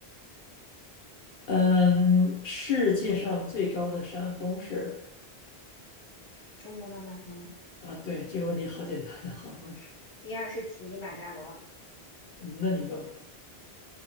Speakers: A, on the left; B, on the left.
A: 嗯，世界上最高的山峰是
B: 珠穆朗玛峰啊。
A: 啊，对，这个问题好简单，<laughs> 好弱智，
B: 第二是乞力马扎罗。
A: 嗯那你问吧，